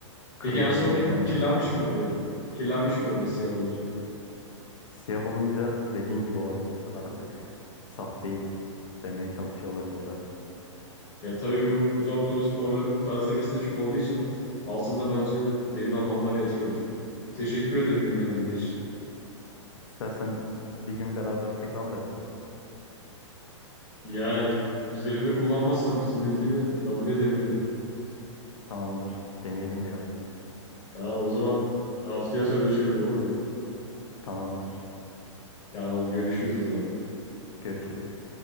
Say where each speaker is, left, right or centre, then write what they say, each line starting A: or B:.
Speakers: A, on the left; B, on the left.
A: Kırmızı
B: Peki en sonunda
A: güçlenmiş
B: kirlenmiş
A: falan.
B: mi oluyor? Kirlenmiş mi oluyor siyah olunca?
A: Siyah olunca dediğin gibi olabilir. Artık saf değil demeye çalışıyor olabilirler.
B: Ya tabii bu uzak doğu sporlarının felsefesi de çok olduğu için altında bence derin anlamlar yatıyordur. Teşekkür ederim bilgilendirme için.
A: İstersen bir gün beraber tekrar da yapalım.
B: Yani üzerimde kullanmazsan bütün bilgini kabul edebilirim.
A: Tamamdır. Deneyelim bir ara.
B: Tamam o zaman haftaya sözleşelim olur mu?
A: Tamamdır.
B: Tamam görüşürüz o zaman.
A: Görüşürüz.